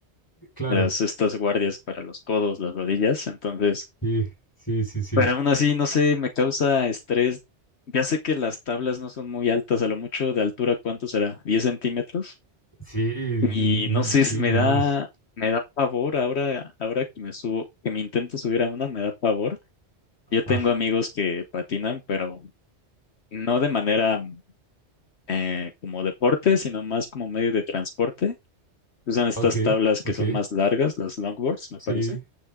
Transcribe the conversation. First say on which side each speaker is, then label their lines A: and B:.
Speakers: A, on the left (about 20°); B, on the left (about 70°).
A: Claro,
B: las estas guardias para los codos, las rodillas, entonces,
A: sí, sí, sí, sí,
B: pero aún así, no sé, me causa estrés. Ya sé que las tablas no son muy altas, a lo mucho de altura, ¿cuánto será? diez centímetros?
A: sí,
B: Y
A: mm,
B: no sé,
A: sí,
B: si me
A: no
B: da,
A: más.
B: me da pavor ahora, ahora que me subo, que me intento subir a una, me da pavor. Yo tengo
A: Ah,
B: amigos que patinan, pero no de manera eh, como deporte, sino más como medio de transporte. Usan estas
A: ok,
B: tablas que
A: ok,
B: son más largas, las longboards, me
A: sí,
B: parece.